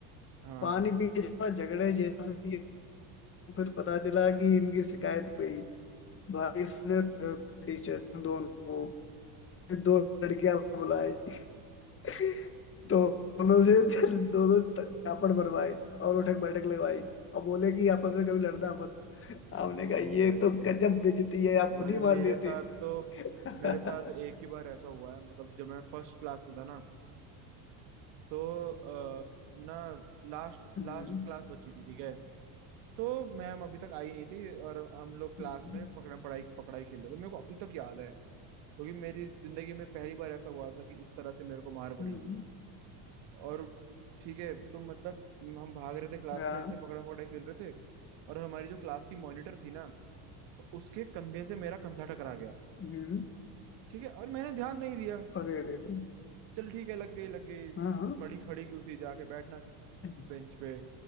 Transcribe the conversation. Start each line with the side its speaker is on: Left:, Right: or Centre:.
Right: हाँ
Left: पानी पीने के बाद झगड़े जैसा भी फिर पता चला कि इनकी शिकायत हुई भाई इसने टीचर दोनों को फिर दो लड़कियां बुलाई <laughs> दोनों से दोनों झापड़ भरवाए और उठक बैठक लगवाई और बोले कि आपस में कभी लड़ना मत हमने कहा
Right: ओ
Left: ये
Right: भाई
Left: तो गजब बेइज्जती है आप
Right: भाई
Left: खुद ही
Right: मेरे
Left: मान लेते
Right: साथ तो
Left: <laughs> हाँ
Right: मेरे साथ एक ही बार ऐसा हुआ है मतलब जब मैं फर्स्ट क्लास में था ना तो अ, ना लास्ट
Left: हम्म,
Right: लास्ट क्लास बची थी ठीक है तो मैम अभी तक आई नहीं थी और हम लोग क्लास
Left: हम्म,
Right: में पकड़म पढ़ाई पकड़ाई खेल रहे थे मेरे को अभी तक याद है क्योंकि मेरी जिंदगी में पहली बार ऐसा हुआ था कि इस तरह से मेरे को मार पड़ी
Left: हम्म,
Right: थी और ठीक है तो मतलब हम भाग रहे थे क्लास
Left: हाँ
Right: में ऐसे पकड़म पकड़ाई खेल रहे थे और हमारी जो क्लास की मॉनिटर थी ना उसके कंधे से मेरा कंधा टकरा गया
Left: हम्म,
Right: ठीक है और मैंने ध्यान नहीं दिया
Left: अरे रे रे
Right: चल ठीक है लग गई लग गई तो
Left: हाँ हाँ
Right: कड़ी खड़ी क्यों थी जाके बैठना
Left: हम्म,
Right: बेंच पे